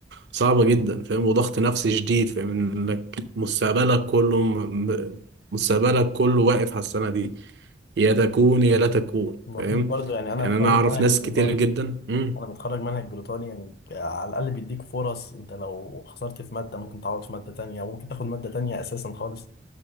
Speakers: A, on the right; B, on the left.
A: صعبه جدا فاهم وضغط نفسي شديد فاهم انك مستقبلك كله م- م- مستقبلك كله واقف على السنه دي يا تكون يا لا تكون
B: ما
A: فاهم
B: فيش برضو يعني انا
A: يعني
B: في
A: انا
B: رايي
A: اعرف
B: المنهج
A: ناس
B: البريطاني
A: كتير جدا امم
B: انا متخرج منهج بريطاني يعني على الاقل بيديك فرص انت لو خسرت في ماده ممكن تعوض في ماده تانية او ممكن تاخد ماده تانية اساسا خالص